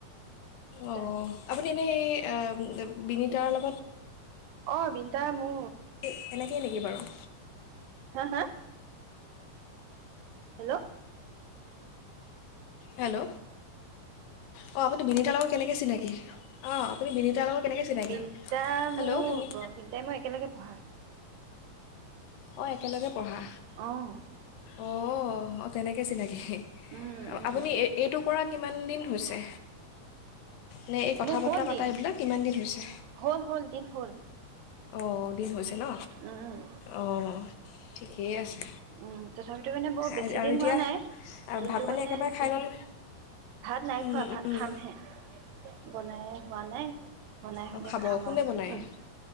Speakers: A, on the left; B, on the right.
A: অ
B: তাকে
A: আপুনি এনে এই এম বিনীতাৰ লগত
B: অ বিন্তা মো
A: এ এনেকেই নেকি বাৰু?
B: হা হা হেল্ল
A: হেল্ল অ আপুনি বিনীতাৰ লগত কেনেকে চিনাকি অঁ আপুনি বিনিতাৰ লগত কেনেকৈ চিনাকি
B: বিন্টা
A: হেল্ল'
B: মো
A: শুনি
B: ব বিন্টাই মই একেলগে পঢ়া
A: অ একেলগে পঢ়া
B: অঁ
A: অঁঅঁঅ অঁ তেনেকৈ চিনাকি হি
B: উম উম
A: আপুনি
B: উম।
A: এই এইটো কৰা কিমান দিন হৈছে? নে এই কথা
B: মোৰ
A: বতৰা
B: হ'ল
A: পতা
B: দিন
A: এইবিলাক কিমান দিন হৈছে?
B: হ'ল হ'ল দিন হ'ল।
A: অ, দিন হৈছে ন।
B: উম উম
A: অ', ঠিকেই আছে।
B: উম তথাপিতো মানে বৰ বেছি
A: আ- আৰু
B: দিন
A: এতিয়া
B: হোৱা নাই,
A: আ,
B: কিন্তু
A: ভাত পানী
B: মানে
A: একেবাৰে খাই
B: কিন
A: ল'লে
B: ভাত নাই
A: উম,
B: খোৱা ভাত
A: উম।
B: খামহে। বনাই হোৱা নাই বনাই
A: অঁ
B: হলে
A: খাব
B: খাম
A: কোনে
B: আৰু
A: বনায়
B: উম